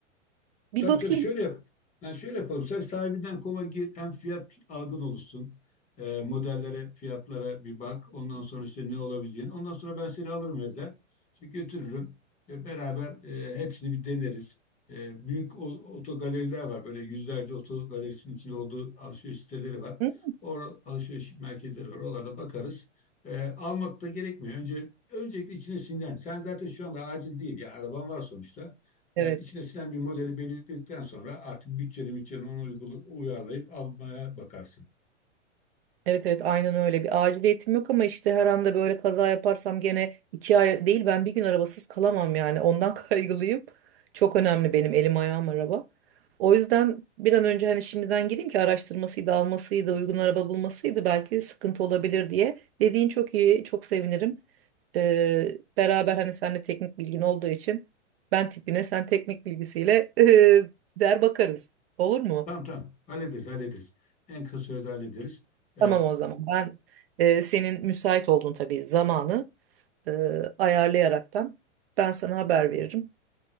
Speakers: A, on the right (about 55°); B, on the left (about 20°).
A: Bir
B: Tabii
A: bakayım.
B: tabii şöyle yap. Yani şöyle yapalım. Sen sahibinden koma gir. Hem fiyat algın oluşsun. Ee, modellere, fiyatlara bir bak. Ondan sonra işte ne olabileceğini. Ondan sonra ben seni alırım evden. çünkü götürürüm. Ee, beraber e, hepsini bir deneriz. Ee, büyük o- otogaleriler var. Böyle yüzlerce otogalerisinin içinde olduğu alışveriş siteleri var.
A: Hı?
B: Or alışveriş merkezleri var. Oralarda bakarız. Ee, almak da gerekmiyor. Önce öncelikle içine sinen. Sen zaten şu anda acil değil. Ya araban var sonuçta. E,
A: Evet.
B: içine sinen bir modeli belirledikten sonra artık bütçeni bütçeni ona uygula- uyarlayıp almaya bakarsın.
A: Evet evet aynen öyle bir aciliyetim yok ama işte her anda böyle kaza yaparsam gene iki ay değil ben bir gün arabasız kalamam yani ondan <laughs> kaygılıyım. Çok önemli benim elim ayağım araba. O yüzden bir an önce hani şimdiden gireyim ki araştırmasıydı almasıydı uygun araba bulmasıydı belki sıkıntı olabilir diye. Dediğin çok iyi çok sevinirim. Ee, beraber hani seninle teknik bilgin olduğu için ben tipine sen teknik bilgisiyle <laughs> der bakarız olur mu?
B: Tamam tamam hallederiz hallederiz. En kısa sürede hallederiz. E,
A: Tamam o zaman. Ben e, senin müsait olduğun tabii zamanı e, ayarlayaraktan ben sana haber veririm.